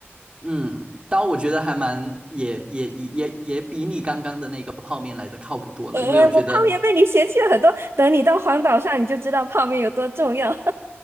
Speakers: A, on the right; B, on the right.
A: 嗯，但我觉得还蛮也也也也也比你刚刚的那个泡面来的靠谱多了，
B: 诶，
A: 因为我觉得，
B: 我泡面被你嫌弃了很多，等你到荒岛上，你就知道泡面有多重要。